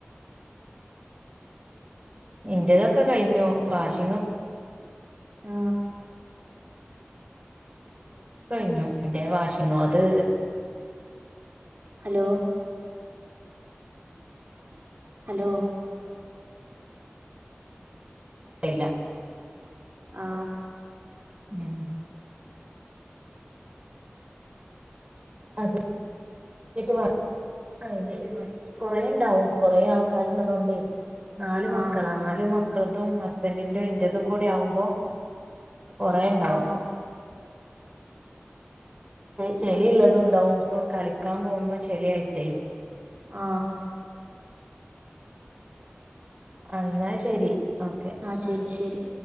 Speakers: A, on the right; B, on the right.
A: ഇന്റേതൊക്കെ കഴിഞ്ഞു വാഷിങ്ങും
B: ആ
A: കഴിഞ്ഞു എന്റെ വാഷിങ്ങോ അത്
B: ഹലോ ഹലോ
A: അല്ല
B: ആ
A: ഉം അതെ ട്ട് വാട് ആ കൊറെ ഉണ്ടാവും കൊറേ ആൾക്കാരു ഉള്ളത് കൊണ്ടേ നാലു മക്കളാ
B: ആഹ്
A: നാലു മക്കളതും ഹസ്ബൻഡിന്റെ ഇൻറതും കൂടെ ആവുമ്പോ കൊറെേണ്ടാവും
B: ആഹ്
A: ചെളിള്ളത് ഉണ്ടാവും ഇപ്പം കളിക്കാൻ പോകുമ്പം ചെളിയായിട്ടേ
B: ആ
A: എന്നാ ശരി ഓക്കെ
B: ആ ശരി ശരി